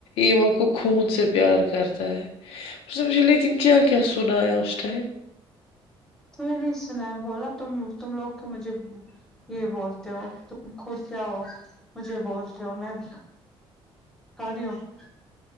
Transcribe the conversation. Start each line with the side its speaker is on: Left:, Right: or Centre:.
Left: ایوا کو خون سے پیار کرتا ہے اس نے مچھے لیکن کیا کیا سنایا اس نے
Centre: تمہیں نہیں سنایا بولا تم تم لوگ تو مجھے یہ بولتے ہو تم خوش رہو مجھے بولتے ہو میں بھی کر یوں <unintelligible>